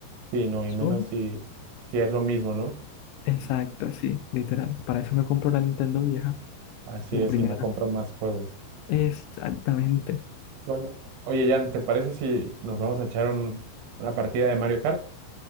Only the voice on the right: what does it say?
Sí, no, y
menos si, si es lo mismo, ¿no?
Así
es,
si me compro más juegos.
Bueno, oye, Jan, ¿te parece si nos vamos a echar un- una partida de Mario Kart?